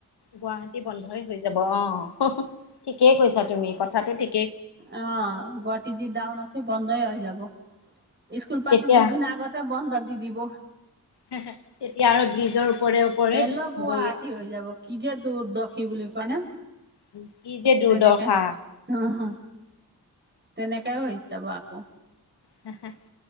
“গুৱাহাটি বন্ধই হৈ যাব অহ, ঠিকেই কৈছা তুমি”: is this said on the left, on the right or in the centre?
Left